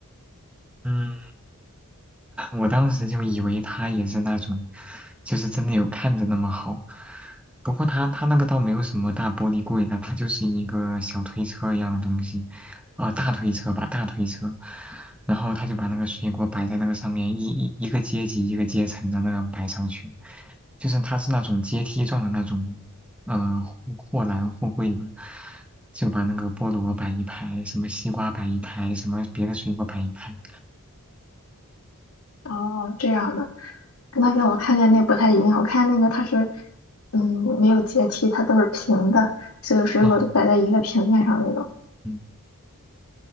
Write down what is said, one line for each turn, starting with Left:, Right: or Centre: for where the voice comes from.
Centre: 嗯，我当时就以为他也是那种，就是真的有看着那么好。不过他他那个倒没有什么大玻璃柜的，它就是一个小推车一样的东西，呃，大推车吧，大推车。然后他就把那个水果摆在那个上面，一一一个阶级一个阶层的那样摆上去，就是他是那种阶梯状的那种，呃，货货篮货柜嘛，就把那个菠萝摆一排，什么西瓜摆一排，什么别的水果摆一排。
Left: 哦，这样的。那边我看见那不太一样，我看那个它是，嗯，没有阶梯，它都是平的，所有水果都摆在一个平面上的那种，
Centre: 哦，嗯。